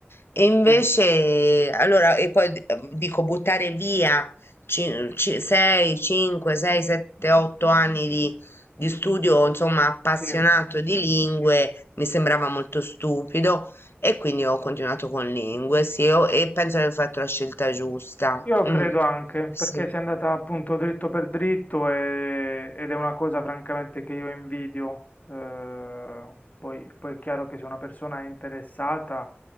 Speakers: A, on the left; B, on the left.
A: E invece,
B: Sì,
A: allora, e poi d- dico buttare via 6, 5, 6, 7, 8 anni di, di studio, insomma, appassionato
B: sì,
A: di lingue, mi sembrava molto stupido e quindi ho continuato con lingue, sì, ho- e penso di aver fatto la scelta giusta.
B: io credo
A: Mm,
B: anche,
A: sì,
B: perché si è andata appunto dritto per dritto e- ed è una cosa francamente che io invidio. eh, poi, poi è chiaro che se una persona è interessata,